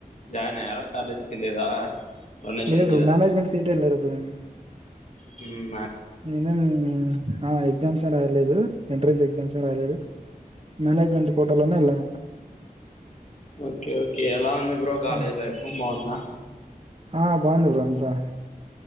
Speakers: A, on the left; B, on the right.
A: జాయిన్ అయ్యారా కాలేజ్ కి లేదా డొనేషన్
B: లేదు మేనేజ్మెంట్ సీట్ ఎల్లర్ ప్పుడైన
A: హమ్
B: <unintelligible> అ ఎగ్జామ్సే రాయలేదు ఎంట్రన్స్ ఎగ్జామ్సే రాయలేదు మ్యనేేజ్మెంట్ కోటలోనే ఎల్లా
A: ఒకే ఒకే ఎలా ఉంది బ్రో కాలేజ్
B: ఆ!
A: లైఫ్ బాగుంద
B: ఆ బాగుంది బ్రో అంతా